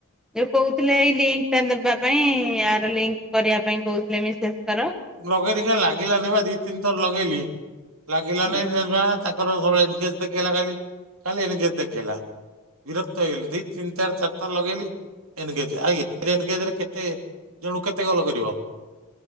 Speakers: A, in the centre; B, on the right.
A: ଯୋଉ କହୁଥିଲେ ଏଇ ଲିଙ୍କ ଟା ଦବା ପାଇଁ ଆର ଲିଙ୍କ କରିବା ପାଇଁ କହୁଥିଲେ ମିସେସଙ୍କର।
B: ଲଗେଇଲି କାଇଁ ଲାଗିଲାନି ବା ଦି ତିନି ଥର ଲଗେଇଲି ଲାଗିଲାନି
A: ହୁଁ।
B: ସେ <unintelligible> ଙ୍କର ସ ଏନଗେଞ୍ଜ ଦେଖେଇଲା ଖାଲି, ଖାଲି ଏନଗେଞ୍ଜ ଦେଖେଇଲା। ବିରକ୍ତ ହେଇଗଲି ଦି ତିନ ଚାର ଚାରିଥର ଲଗେଇଲି। ଏନଗେଞ୍ଜେ ଆଉ ଏନଗେଞ୍ଜରେ କେତେ ଜଣୁକୁ କେତେ କଲ କରିବ।